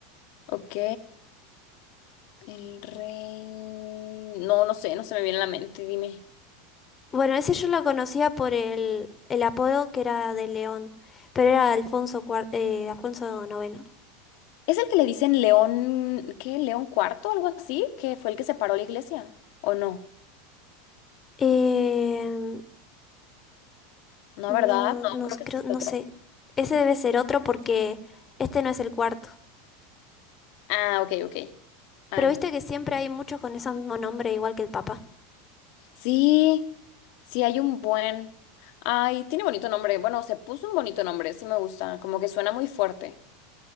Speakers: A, on the left; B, on the left.
A: Ok. El rey. No, no sé, no se me viene a la mente, dime.
B: Bueno, ese yo lo conocía por el, el apodo que era de León, pero era Alfonso, cuar- eh, Alfonso noveno.
A: ¿Es el que le dicen León, qué? ¿León cuarto, algo así? ¿Que fue el que separó la iglesia? ¿O no?
B: Em,
A: No,
B: no,
A: ¿verdad? No,
B: no,
A: creo
B: s-
A: que
B: creo,
A: ese es
B: no
A: otro.
B: sé. Ese debe ser otro porque este no es el cuarto.
A: Ah, ok, ok. Ah,
B: Pero
A: no.
B: viste que siempre hay muchos con esos mismos nombres, igual que el Papa.
A: Sí, sí, hay un buen. Ay, tiene bonito nombre. Bueno, se puso un bonito nombre, sí me gusta. Como que suena muy fuerte.